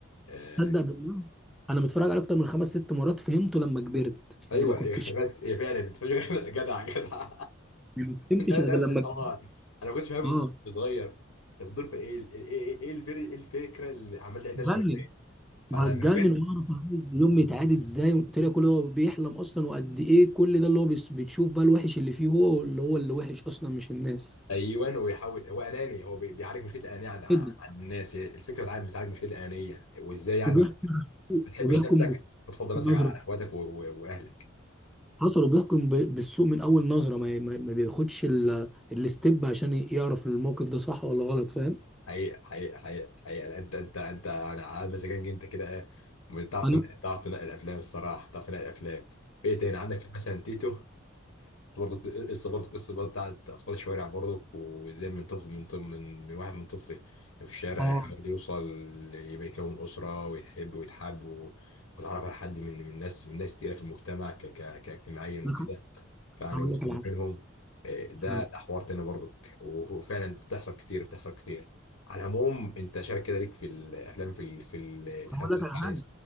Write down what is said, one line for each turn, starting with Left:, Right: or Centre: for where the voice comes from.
Left: آه
Centre: تصدق بالله انا متفرج عليه اكتر من خمس ست مرات فهمته لما كبرت
Left: ايوه
Centre: يعني ما كنتش
Left: أيوة، <laughs> بس هي فعلا انت مش <laughs> جدع جدع
Centre: ما فهمتش
Left: <laughs>
Centre: غير
Left: ده نفس
Centre: لما
Left: الحوار
Centre: كبرت.
Left: انا ما كنتش فاهم
Centre: اه
Left: وأنا صغير انت بتدور في ايه ايه ايه إيه الفر- إيه الفكره اللي عمال تعيد
Centre: جنن
Left: نفس المكان فانا
Centre: وهتجنن
Left: لما كبرت
Centre: واعرف عايز يوم يتعاد ازاي طلع كل هو بيحلم اصلا وقد ايه كل ده اللي هو بيس- بتشوف بقى الوحش اللي فيه هو اللي هو اللي وحش اصلا مش الناس
Left: ايوه ويحاول هو اناني هو بي- بيعالج مشكله الانانيه عند عن
Centre: جدا
Left: عن الناس هي الفكره بتعالج بتعالج مشكله الانانيه وازاي يعني
Centre: وبيحكم
Left: ما ما تحبش
Centre: وبيحكم
Left: نفسك وتفضل
Centre: بالنظره
Left: نفسك على على اخواتك و- و- واهلك
Centre: حصل بيحكم ب- بالسوق من اول نظره ما ما ما بياخدش ال- الستيب عشان ي- يعرف الموقف ده صح ولا غلط فاهم
Left: حقيقي حقيقي حقيقي حقيقي لا، انت انت انت يعني على مزاجنج انت كده آه، بتعرف
Centre: انا
Left: تنقل- تعرف تنقل الافلام الصراحه بتعرف تنقل الافلام في ايه تاني عندك في مثلا تيتو برضك قصه برضك قصه بقى بتاعت اطفال الشوارع برضك وازاي من طفل من طفل من, من واحد من طفل كان في الشارع
Centre: اه
Left: يحاول يوصل ل- يبقى يكون اسره ويحب ويتحب و- ويتعرف على حد من من ناس من ناس تقيله في المجتمع ك ك كاجتماعيا وكده
Centre: أنا
Left: فيعني
Centre: هقول
Left: وقفت
Centre: لك على
Left: ما
Centre: حاجه
Left: بينهم آه، ده
Centre: حلو.
Left: ده حوار تاني برضك وفعلا بتحصل كتير بتحصل كتير على العموم انت شارك كده ليك في الافلام في ال- في ال- الحاجه
Centre: هقول لك
Left: بتاعت
Centre: على حاجه